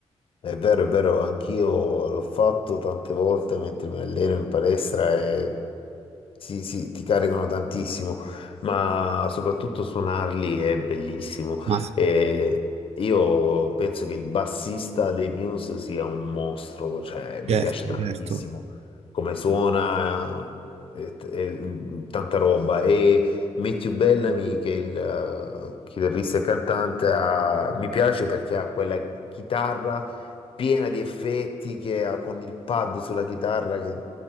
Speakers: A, on the left; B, on the right.
A: È vero, è vero, anch'io l'ho fatto tante volte mentre mi alleno in palestra e Sì, sì, ti caricano tantissimo, ma soprattutto suonarli è bellissimo.
B: Ma sì,
A: E io penso che il bassista dei Muse sia un mostro, cioè mi
B: certo,
A: piace tantissimo
B: certo.
A: come suona, e t- e, mm, tanta roba. E Matthew Bellamy, che è il eh, chitarrista e cantante, ha- mi piace perché ha quella chitarra piena di effetti che ha con il pad sulla chitarra che